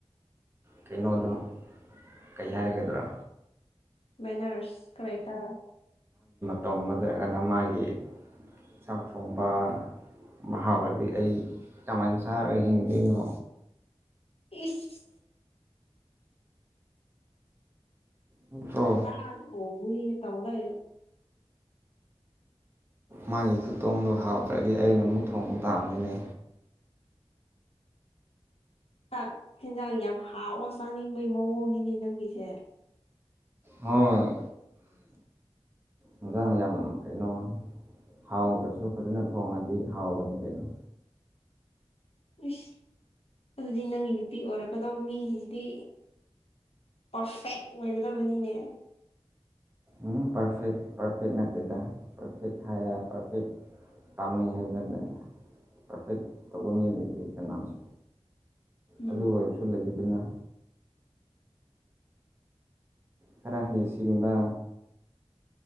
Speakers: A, on the right; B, on the left.
A: ꯀꯩꯅꯣꯗ ꯀꯩꯌꯥꯥꯏꯒꯗ꯭ꯔꯥ
B: ꯕꯦꯅꯔꯁ ꯀꯗꯥꯥꯏꯇꯥꯔꯦ
A: ꯇꯧꯅꯗ꯭ꯔꯒꯅ ꯃꯥꯒꯤ ꯆꯥꯛ ꯊꯣꯡꯕ ꯃꯍꯥꯎꯗꯗꯤ ꯑꯩ ꯀꯃꯥꯏꯅ ꯁꯥꯔꯒ ꯍꯤꯡꯗꯣꯏꯅꯣ
B: ꯏꯁ
A: ꯅꯠꯇ꯭ꯔꯣ
B: ꯑ ꯑꯣꯕꯨ ꯇꯧꯂ
A: ꯃꯥꯒꯤ ꯈꯨꯇꯣꯡꯗꯣ ꯍꯥꯎꯇ꯭ꯔꯗꯤ ꯑꯩꯅ ꯑꯃꯨꯛ ꯊꯣꯡꯕ ꯇꯥꯡꯃꯤꯅꯦ
B: ꯆꯥꯛ ꯌꯦꯤꯟꯖꯥꯡ ꯌꯥꯝ ꯍꯥꯎꯋ ꯆꯥꯅꯤꯡꯕꯩ ꯃꯑꯣꯡꯅꯤꯅꯦ ꯅꯪꯒꯤꯁꯦ
A: ꯍꯣꯏ ꯃꯖꯒꯤ ꯌꯥꯝ ꯀꯩꯅꯣ ꯍꯥꯎꯗ꯭ꯔꯁꯨ ꯐꯖꯅ ꯊꯣꯡꯉꯗꯤ ꯍꯥꯎꯕꯅꯤ ꯀꯩꯅꯣ
B: ꯏꯁꯁ ꯑꯗꯨꯗꯤ ꯅꯪꯒꯤ ꯅꯨꯄꯤ ꯑꯣꯏꯔꯛꯀꯗꯧꯕ ꯃꯤꯁꯤꯁꯤꯗꯤ ꯄꯔꯐꯦꯛ ꯑꯣꯏꯒꯗꯕꯅꯤꯅꯦ
A: ꯎ ꯄꯔꯐꯦꯦꯛ ꯄ꯭ꯔꯐꯦꯦꯛ ꯅꯅꯥꯆꯗ ꯄ꯭ꯔꯐꯦꯦꯛ ꯍ ꯄꯔꯐꯦꯦꯛ ꯀꯝꯃꯦ ꯍꯦꯜꯃꯦ ꯂꯩ ꯇ꯭ꯔꯦꯐꯦꯛ ꯇꯕꯨꯃꯤ ꯂꯩꯇꯦ ꯀꯅꯥꯝꯁꯦ
B: ꯎꯝ
A: ꯑꯗꯨ ꯑꯣꯏꯔꯕꯁꯨ ꯂꯩꯗꯅꯦ ꯈꯔꯥ ꯍꯩꯁꯤꯡꯕ